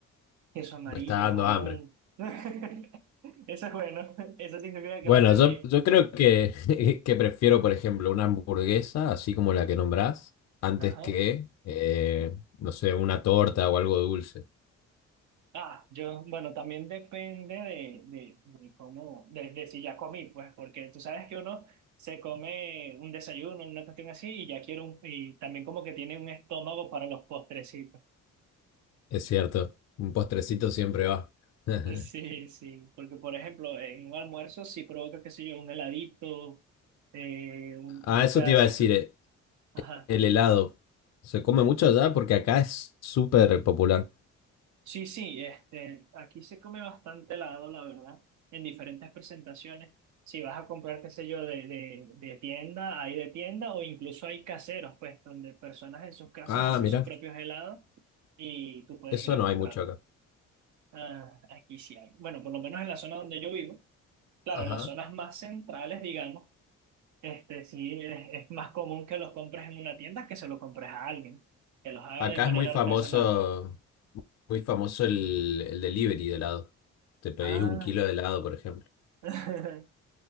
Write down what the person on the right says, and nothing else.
queso amarillo,
jamón.
<laughs> Eso es bueno. Eso significa que
la hacen
bien.
Ajá.
Ah, yo, bueno, también depende de, de, de cómo, de, de si ya comí, pues, porque tú sabes que uno se come un desayuno, una cuestión así, y ya quiero un, y también como que tiene un estómago para los postrecitos. <laughs>
Sí, sí, porque por ejemplo, en un almuerzo sí provoca, qué sé yo, un heladito, eh, un,
un
pedacito.
Ajá.
Sí, sí, este, aquí se come bastante helado, la verdad, en diferentes presentaciones. Si vas a comprar, qué sé yo, de, de, de tienda, hay de tienda o incluso hay caseros, pues, donde personas en sus casas
hacen
sus propios helados y tú puedes
ir a
comprarlos.
Ah, aquí sí hay. Bueno, por lo menos en la zona donde yo vivo, claro,
en las zonas más centrales, digamos, este, sí es, es más común que los compres en una tienda que se lo compres a alguien, que los haga
de manera
artesanal.
Ah,
<laughs>